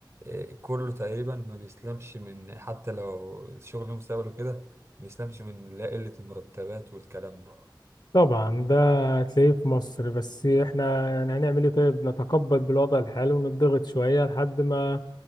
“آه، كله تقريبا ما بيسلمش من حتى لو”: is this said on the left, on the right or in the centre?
Right